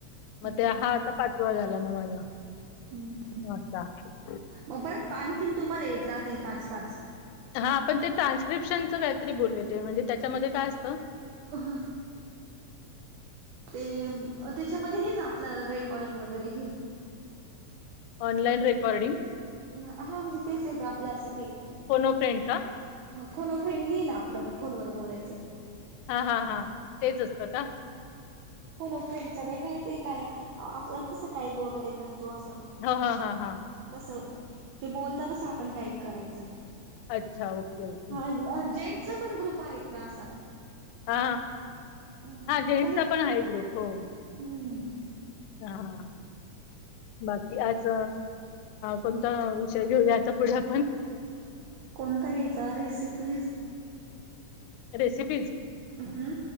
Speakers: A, on the left (about 85°); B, on the right (about 85°).
A: मग
B: हम्म
A: ते हा आता पाचवा झाला मग माझा
B: हम्म
A: अच्छा
B: मग परत पावनखिंड तुम्हाला येत राहतील पाच पाच
A: हा आपण ते ट्रान्स्क्रिप्शनचं काहीतरी बोलले ते म्हणजे त्याच्यामध्ये काय असतं
B: हहा ते त्याच्यामध्ये हेच आपलं रेकॉर्डिंग वगैरे हे
A: ऑलाईन रेकर्डीिंग
B: हा म्हणजे तेच येत आपल्या असं ते
A: फोनो फ्रेंड का
B: फोन फ्रेंड हे ना आपलं फोनवर बोलायचं.
A: हा हा हा तेच असतं का?
B: हो ना फ्रेंडच वेगळं ते टाय आप कसं टाईप वगैरे करतो असं.
A: ह हा हा हा.
B: तस ते बोलत तस आपण टाईप करायचं.
A: अच्छा ओके ओके
B: हा जेंटसचा पण ग्रुप आहेत ना असा.
A: हा
B: हम्म
A: हा जेंट्सचा
B: तुम्ही
A: पण आहे ग्रुप हो.
B: हम्म.
A: हा बाकी आज कोणता विषय घेऊया आता पुढे आपण.
B: कोणतां घ्यायंचां रेसिपीज
A: रेसिपीज
B: हम्म